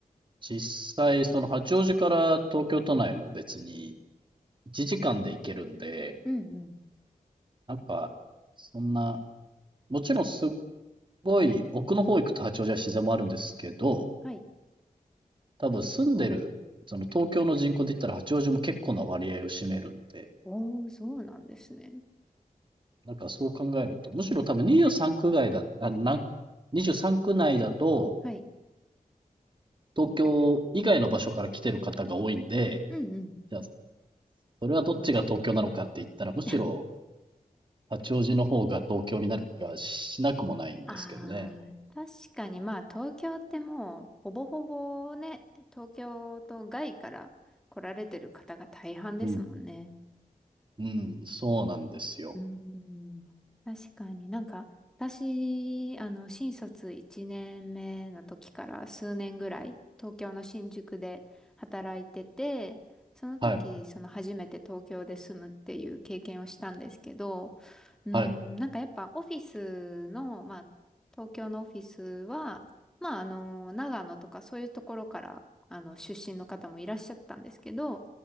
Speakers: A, on the right (about 35°); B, in the centre.
A: 実際その八王子から東京都内も別に1時間で行けるんで、
B: うんうん。
A: なんか、そんな、もちろんすごい奥の方行くと八王子は自然もあるんですけど、
B: はい。
A: 多分住んでる、その東京の人口で言ったら八王子も結構な割合を占めるんで、
B: おー、そうなんですね。
A: なんかそう考えると、むしろ多分23区外だ、あ、なん、23区内だと、
B: はい。
A: 東京以外の場所から来てる方が多いんで、
B: うんうん。
A: じゃあ、それはどっちが東京なのかって言ったら、むしろ
B: <laughs>
A: 八王子の方が東京になる気がしなくもないんですけどね。
B: ああ、確かにまあ東京ってもうほぼほぼね、東京と外から来られてる方が大半ですもんね。
A: うん、うん、そうなんですよ。
B: うーん、確かになんか、私、あの、新卒1年目の時から数年ぐらい、東京の新宿で働いてて、その時、
A: はい、
B: その初めて東京で住むっていう経験をしたんですけど、うーん、
A: はい、
B: なんかやっぱオフィスの、まあ、東京のオフィスは、まあ、あの、長野とかそういうところから、あの、出身の方もいらっしゃったんですけど、